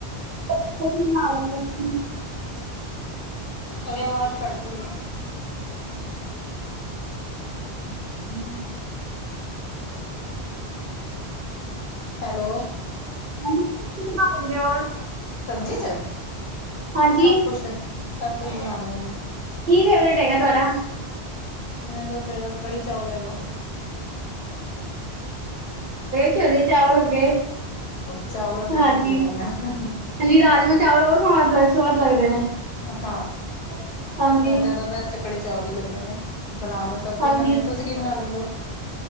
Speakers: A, on the right; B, on the left.
A: ਫੇਰ ਕੀ ਬਣਾ ਲੈਨੇ ਓ ਤੁਸੀਂ?
B: ਥੋਡੀ ਆਵਾਜ਼ ਕੱਟ ਰੀ ਏ।
A: ਹੂੰ।
B: ਹੈਲੋ।
A: ਹਾਂਜੀ ਕੀ ਬਣਾ ਲੈਦੇ ਓ ਹੋਰ?
B: ਸਬਜ਼ੀ 'ਚ
A: ਹਾਂਜੀ
B: ਸਭ ਕੁਛ-ਸਭ ਕੁਛ ਬਣਾ ਲੈਂਨੇ ਆ।
A: ਕੀ ਫੇਵਰੇਟ ਹੈਗਾ ਤੁਹਾਡਾ?
B: ਮੇਰਾ ਤਾ ਫੇਵਰੇਟ ਕੜੀ-ਚਾਵਲ ਹੈਗੇ ਆ।
A: ਛੋਲੇ-ਚਾਵਲ ਹੋਗੇ।
B: ਚਾਵਲਾਂ ਦੇ
A: ਹਾਂਜੀ-ਹਾਂਜੀ।
B: ਸ਼ੌਕੀਨ ਹੈਗੇ ਆ
A: ਰਾਜਮਾਂਹ ਚਾਵਲ ਹੋਰ ਸੁਵਾਦ ਲਗ ਸੁਵਾਦ ਲੱਗਦੇ ਨੇ।
B: ਹਾਂ
A: ਹਾਂਜੀ,
B: ਜ਼ਿਆਦਾ ਬੈਸਟ ਕੜੀ ਚਾਵਲ ਈ ਲੱਗਦੇ ਨੇ, ਬਣਾ ਮੈਂ ਸਭ
A: ਹਾਂਜੀ।
B: ਕੁਛ ਲੈਂਨੀ ਆ, ਤੁਸੀਂ ਸੀ ਕੀ ਬਣਾ ਲੈਂਦੇ ਓ?